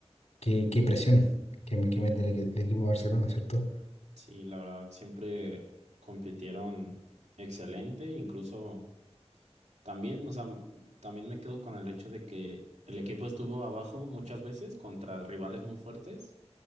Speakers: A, on the left; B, on the right.
A: qué, qué presión que, me- que mete el, equi- el equipo de Barcelona, ¿cierto?
B: Sí, la verdad, siempre compitieron excelente. Incluso también, o sea, también me quedo con el hecho de que el equipo estuvo abajo muchas veces contra rivales muy fuertes